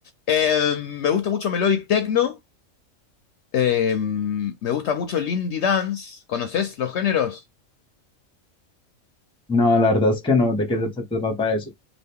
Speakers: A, on the left (about 65°); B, in the centre.
A: eh, me gusta mucho melodic techno Eh, me gusta mucho el indie dance. ¿Conoces los géneros?
B: No, la verdad es que no. ¿De qué se, se trata eso?